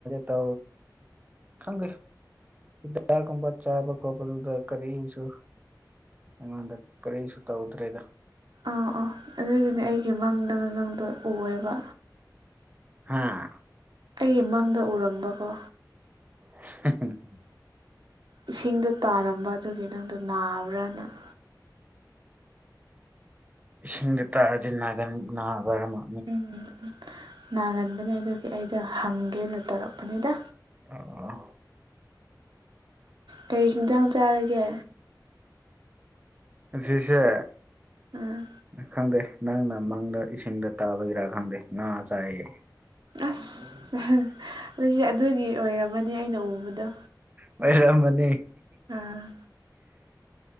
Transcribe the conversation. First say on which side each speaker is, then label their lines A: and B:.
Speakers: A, on the right; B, on the right.
A: ꯇ ꯈꯪꯒ ꯍꯤꯗꯥꯛꯒꯨꯝꯕ ꯆꯥꯕ ꯈꯣꯠꯄꯗꯨꯗ ꯀꯔꯤꯁꯨ ꯑꯩꯉꯣꯟꯗ ꯀꯔꯤꯁꯨ ꯇꯧꯗ꯭ꯔꯦꯗ
B: ꯑꯥ ꯑꯥ ꯑꯗꯨꯒꯤꯅꯦ ꯑꯩꯒꯤ ꯃꯪꯗꯅ ꯅꯪꯗꯣ ꯎꯑꯦꯕ
A: ꯍꯥꯥ
B: ꯑꯩ ꯃꯪꯗ ꯎꯔꯝꯕꯀꯣ
A: <unintelligible>
B: ꯏꯁꯤꯡꯗ ꯇꯥꯔꯝꯕ ꯑꯗꯨꯒꯤ ꯅꯪꯗꯣ ꯅꯥꯕ꯭ꯔꯥ ꯅꯪ
A: ꯏꯁꯤꯡꯗ ꯇꯥꯔꯗꯤ ꯅꯥꯒꯟ ꯅꯥꯕꯔ ꯑꯃ
B: ꯎꯝ ꯅꯥꯒꯟꯕꯅꯦ ꯑꯗꯨꯒꯤ ꯑꯩꯗ ꯍꯪꯒꯦꯅ ꯇꯧꯔꯛꯄꯅꯤꯗ
A: ꯑꯥ
B: ꯀꯩ ꯍꯟꯖꯥꯡ ꯆꯥꯔꯒꯦ
A: ꯁꯤꯁꯦ
B: ꯎꯝ
A: ꯈꯪꯗꯦ ꯅꯪꯅ ꯃꯪꯗ ꯏꯁꯤꯡꯗ ꯇꯥꯕꯒꯤꯔꯥ ꯈꯪꯗꯦ ꯉꯥ ꯆꯥꯏꯌꯦ
B: ꯑꯁ ꯑꯗꯨꯗꯤ ꯑꯗꯨꯒꯤ ꯑꯣꯏꯔꯝꯃꯅꯤ ꯑꯩꯅ ꯎꯕꯗꯣ
A: ꯃꯔ ꯃꯅꯤ
B: ꯑꯥ